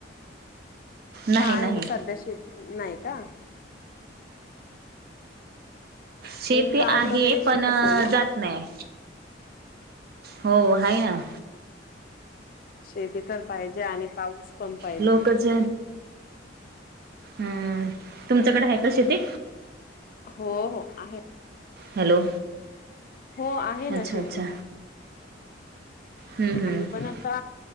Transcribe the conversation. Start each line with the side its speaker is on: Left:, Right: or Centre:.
Right: नाही
Left: काय
Right: नाही
Left: सध्या शेती नाही का? मग
Right: शेती
Left: गावी
Right: आहे
Left: वगैरे
Right: पण
Left: शेत असेल
Right: अ
Left: ना?
Right: जात नाही. हो हाय न.
Left: शेती तर पाहिजे आणि पाऊस पण पाहिजे.
Right: लोक ज हम्म तुमच्याकडे आहे का शेती?
Left: हो हो आहे.
Right: हॅलो.
Left: हो आहे ना
Right: अच्छा
Left: शेती.
Right: अच्छा हम्म हम्म
Left: आम्ही पण आता,